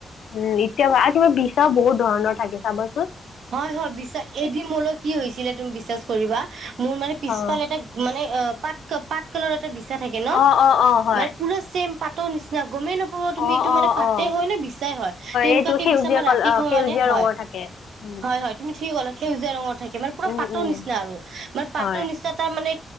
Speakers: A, on the left; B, on the right.
A: উম এতিয়া আৰু কিবা বিছাও বহুত ধৰণৰ থাকে চাব।
B: হয় হয় বিশ্বাস এদিন মলৈ কি হৈছিলে তুমি বিশ্বাস কৰিবা। মোৰ মানে পিছফাল
A: অ',
B: এটা মানে আ পাত পাত কালৰ এ বিছা থাকে ন
A: অ', অ', অ', হয়।
B: মানে পুৰা চেম পাতৰ নিচিনা‌। গমেই নাপাব তুমি
A: অ',
B: এইটো
A: অ',
B: মানে পাতে
A: অ',
B: হয় নে বিচাই হয় তেনেকুৱাকে
A: এইটো সেউজীয়া
B: বিচা আমাৰ
A: কল
B: ৰাতি
A: অ',
B: খা
A: সেউজীয়া
B: মানে হয়।
A: ৰঙৰ থাকে। উম।
B: হয় হয় তুমি ঠিকে কলে সেউজীয়া ৰঙৰ থাকে। মানে পুৰা
A: উম,
B: পাতৰ
A: উম,
B: নিচিনা আৰু মানে পাতৰ
A: হয়,
B: নিচিনা তাৰ মানে